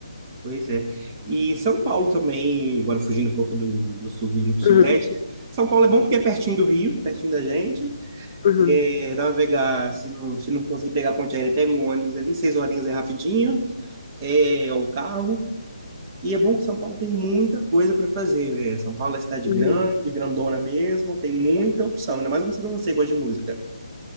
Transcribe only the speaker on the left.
Uhum.
Uhum.
Uhum.